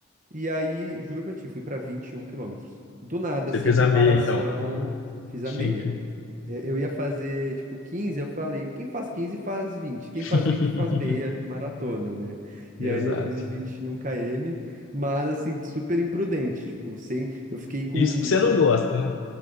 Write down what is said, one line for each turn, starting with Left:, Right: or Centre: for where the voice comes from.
Right: E aí, juro pra ti, fui pra vinte e um quilômetros Do nada,
Left: você
Right: sem
Left: fez
Right: preparação,
Left: a meia, então.
Right: fiz
Left: Chique.
Right: a meia eh, Eu ia fazer, tipo, 15, eu falei, quem faz 15 faz 20, quem faz
Left: <laughs>
Right: 20 faz meia maratona, né? E aí
Left: Exato.
Right: eu fiz os 21 km, mas assim, super imprudente, tipo, sem, eu fiquei com,
Left: Isso porque você
Right: tipo,
Left: não gosta, né?